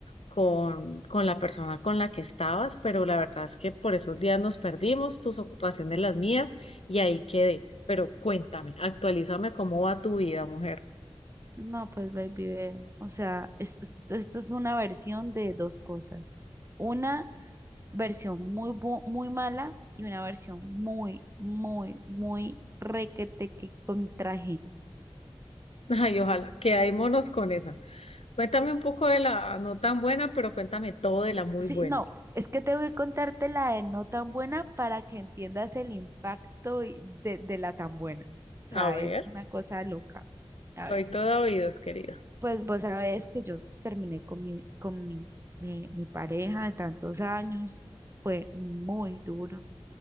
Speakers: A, on the left (about 85°); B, on the right (about 25°).
A: con, con la persona con la que estabas, pero la verdad es que por esos días nos perdimos, tus ocupaciones, las mías, y ahí quedé. Pero cuéntame, actualízame cómo va tu vida, mujer.
B: No, pues baby, ve, o sea, es- es- esto es una versión de dos cosas. Una versión muy, bu- muy mala y una versión muy, muy, muy requete que contra
A: <laughs> Ay, ojalá, quedémonos con esa. Cuéntame un poco de la no tan buena, pero cuéntame todo de la muy
B: Sí,
A: buena.
B: no, es que tengo que contarte la de no tan buena para que entiendas el impacto y- de, de la tan buena. O sea,
A: A ver.
B: es una cosa loca. A
A: Soy
B: ver,
A: todo oídos, querido.
B: pues vos sabés que yo pues, terminé con mi, con mi, mi, mi pareja de tantos años. Fue muy duro.